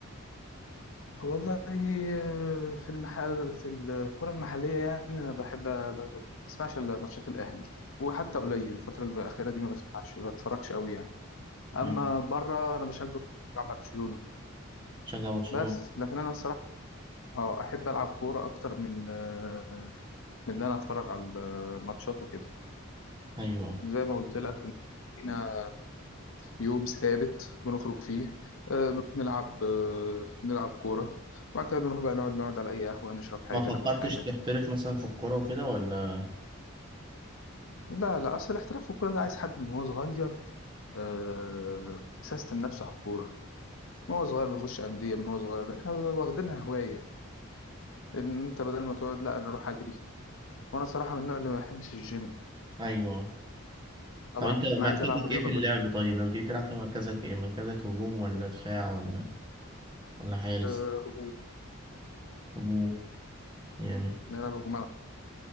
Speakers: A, on the left; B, on the right.
A: والله آه، في المحل في الكرة المحلية يعني أنا بحب ما بسمعش إلا ماتشات الأهلي وحتى قليل الفترة الأخيرة دي ما بسمعش ما بتفرجش قوي يعني أما
B: مم.
A: بره أنا بشجع بشجع برشلونة
B: تشجع برشلونة
A: بس لكن أنا الصراحة أه أحب ألعب كورة أكتر من آه، من ان انا اتفرج على الماتشات وكده
B: أيوه
A: زي ما قلت لك إن لينا يوم ثابت بنخرج فيه آه، نروح نلعب آه، نلعب كوره وبعد كده نروح بقى نقعد نقعد على اي قهوه نشرب حاجه
B: ما فكرتش
A: ناكل حاجه
B: تحترف مثلا في الكورة وكده ولا
A: لا لا اصل الاحتراف في الكوره ده عايز حد من هو صغير آه، سيستم نفسه على الكوره من هو صغير بيخش انديه من هو صغير احنا واخدينها هوايه ان انت بدل ما تقعد لا انا اروح اجري وانا صراحه من النوع اللي ما بحبش الجيم
B: أيوه
A: طبعا
B: طب انت مركزك
A: انا عايز العب رياضه
B: ايه في اللعب
A: بس
B: طيب لما تيجي تلعب كده مركزك ايه مركزك هجوم ولا دفاع ولا ولا حارس
A: آه، هجوم
B: هجوم جامد
A: نلعب هجوم